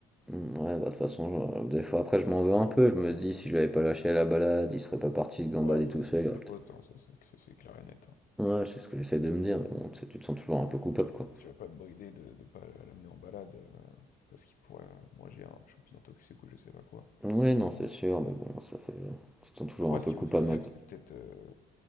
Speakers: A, in the centre; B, on the left.
A: Mmh, ouais, bah, de toute façon, heu, des fois, après, je m'en veux un peu. Je me dis: «Si je l'avais pas lâché à la balade, il serait pas parti se gambader
B: Bon, après,
A: tout
B: c'est
A: seul,
B: pas ta
A: il aurait peut-être»
B: faute, hein, ça c'est ça, c'est clair et net. hein.
A: ouais, c'est ce que j'essaie de me dire, mais bon, tu sais, tu te sens toujours un peu coupable,
B: Tu vas
A: quoi.
B: pas, tu vas pas te brider de, de pas l'amener en balade, euh, parce qu'il pourrait euh, manger un champignon toxique ou je sais pas quoi.
A: Ou oui, non, c'est sûr, mais bon, ça fait tu te sens toujours
B: Après,
A: un
B: ce
A: peu
B: qu'il
A: coupable
B: faut faire gaffe,
A: mal
B: c'est peut-être euh,